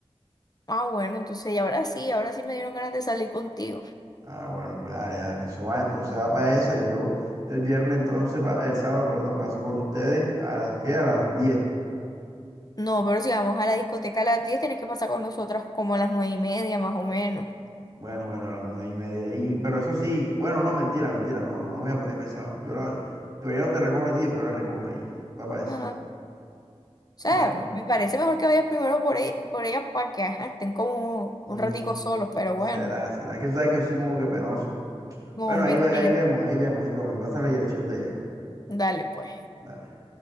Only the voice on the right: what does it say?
Ah, bueno, pues dale, dale. Eso va, entonces va para esa. Yo el viernes entonces, pa- el sábado, perdón, paso por ustedes a las qué, a las 10.
Bueno, bueno, a las nueve y media. Y, pero eso sí, bueno, no, mentira, mentira, no, no, no me voy a poner pesado. Yo la, pero ya no te recojo a ti, después la recojo a ella. Va para eso.
Bueno,
mm,
será,
será. Es que tú sabes que yo soy como que penoso, pero.
Bueno, ahí,
va- ahí vemos, ahí vemos, ahí vemos. Me pasa la dirección de ella. pues.
Dale.